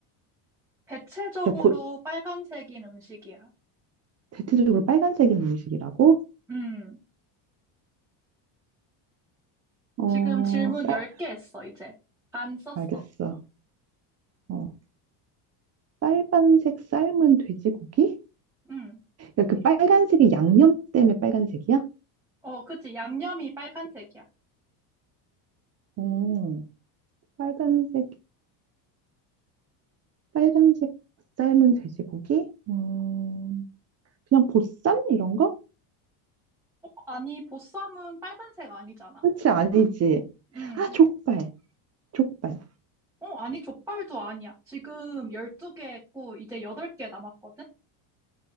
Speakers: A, in the centre; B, on the right.
A: 대체적으로
B: 그러니까 고-
A: 빨간색인 음식이야.
B: 대체적으로 빨간색인 음식이라고?
A: 음,
B: 어,
A: 지금 질문
B: 쌀,
A: 10개 했어, 이제. 안 썼어.
B: 알겠어. 어, 빨간색 삶은 돼지고기?
A: 음.
B: 야, 그 빨간색이 양념 때문에 빨간색이야?
A: 어, 그치. 양념이 빨간색이야.
B: 어, 빨간색, 빨간색 삶은 돼지고기? 음, 그냥 보쌈? 이런 거?
A: 어, 아니, 보쌈은 빨간색 아니잖아.
B: 그렇지, 아니지.
A: 음.
B: 아, 족발. 족발.
A: 어, 아니, 족발도 아니야. 지금 12개 했고, 이제 8개 남았거든?